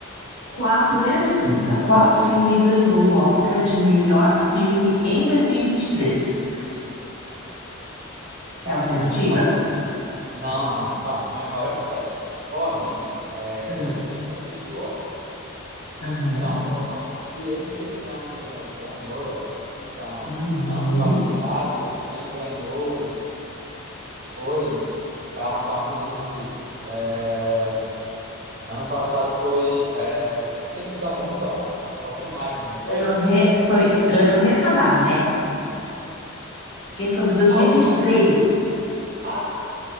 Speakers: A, on the left (about 55°); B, on the right (about 40°).
A: Qual a primeira pergunta? Qual filme ganhou o Oscar de melhor filme em 2023? Quer
B: Calma,
A: alternativas?
B: então, minha memória. Não, não, não. Calma, minha memória é péssima. Porém, é,
A: Ah,
B: eu sempre assisto o Oscar.
A: Aham.
B: Então, vamos lá. Se esse ano quem ganhou foi a Nora, então,
A: Uhum.
B: ano passado quem ganhou foi. Calma, calma, não diz, não diz. É, Ano passado foi é, aquele filme da bomba, Oppenheimer, não foi?
A: Ano re- Foi ano retrasado, né? Porque é sobre dois
B: Ah,
A: mil
B: Oppenheimer
A: e vinte e três
B: não. Ah,